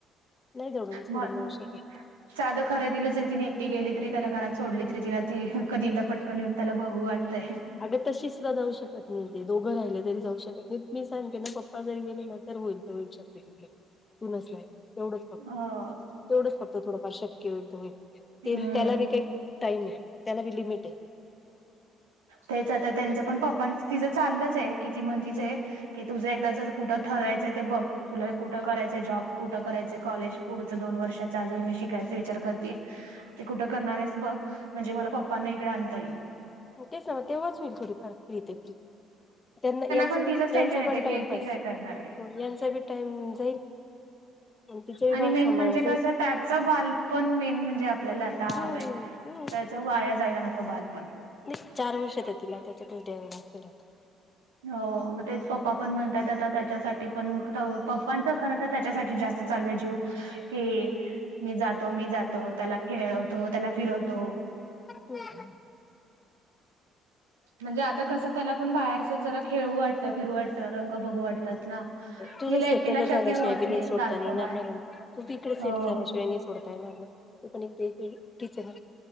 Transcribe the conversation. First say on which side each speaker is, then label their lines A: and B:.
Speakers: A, on the left; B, on the right.
A: नाही <unintelligible> सोडून
B: मग
A: जाऊ शकत.
B: साधं खरेदीला जरी तिने एकटी गेली तरी त्याला घरात सोडली -- <unintelligible> तिला ती कधी एकदा पटकन येेऊन त्याला बघू वाटतंय.
A: अगं तशी सुद्धा जाऊ शकत नाही. ते दोघं राहिले तरी जाऊ शकत नाही. मी सांगते ना पप्पा जर गेले ना तर होईल. होईल शक्य कुठलं. तू नसल्यावर. तेवढंच फक्त.
B: हो
A: तेवढंच फक्त थोडंफार शक्य होईल तर होईल. ते
B: हम्म
A: त्याला जे काही टाइम हाय. त्याला बी लिमिट ये.
B: तेच आता त्यांचं पण पप्पांच तिचं चाललंचये. कि ती म्हणतिचये -- कि तुझं एकदाच कुठं ठरायचं ते बघ. तुला कुठं करायचय जॉब? कुठं करायच कॉलेज? पुढचं दोन वर्षच अजून मी शि काय ते विचार करते ते. कुठं करणार आहेस बघ म्हणजे मला पप्पांना इकडे आणता येईल.
A: तेच मग तेव्हाच होईल थोडीफ फार फ्री ते फ्री. त्यांना यांचा
B: पण तिचंच
A: बी
B: टेन्शन
A: यांचा
B: येते
A: पण
B: की
A: टाइमपास
B: एकटी काय करणार आहे
A: म यांचा बी टाइम जाईल. तिचंही
B: आणि
A: बाळ
B: मेन
A: सांभाळलं
B: म्हणजे
A: जाईल
B: कस त्याच बालपण मेन म्हणजे आपल्याला आता
A: हम्म
B: हवय.
A: हम्म
B: त्याच वाया जायला नको बालपण.
A: नाही चार वर्षात तिला त्याच्यातच द्यायला असेल.
B: हो मग तेच पप्पा पण म्हणताय आता त्याच्यासाठी पण. पप्पांच खरत त्याच्यासाठी जास्त चालू आहे जीव कि मी जातो मी जातो त्याला खेळवतो त्याला फिरवतो.
A: हम्.
B: म्हणजे आता कस त्याला पण बाहेरच जरा खेळ वाट फिरटच रंग बघूटतात ना
A: तुझं
B: हिला
A: सेटल
B: एकटीला
A: झाल्याशिवाय
B: शक्य होत
A: बी
B: नाही
A: सोडताना
B: सारखं
A: येणार
B: बाहेर.
A: ना मग तू त इकडे
B: हो
A: सेट झाल्याशिवाय नाही सोडताय ना आप तू पण एक देीलिच आहे ना.